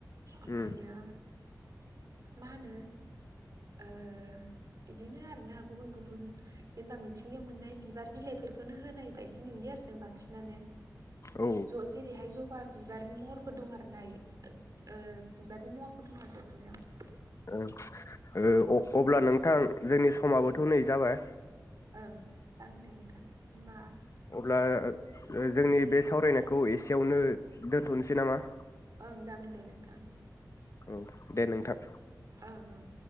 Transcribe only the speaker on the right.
ओमफायो
मा होनो ओ बिदिनो आरोना गुबुन गुबुन जेनेबा मिथिंगायाव मोननाय बिबार बिलाइफोरखौनो होनाय बायदि नुयो आरो जो बांसिनानो
ज-जेरे हाय जबा बिबारनि महरफोर दं आरो दायो ओ ओ बिबार नि महरफोर दङ दखनायाव
ओं
ओं
ओं जागोन दे नोंथां ओमबा
ओं जागोन दे नोंथां।
ओं ओं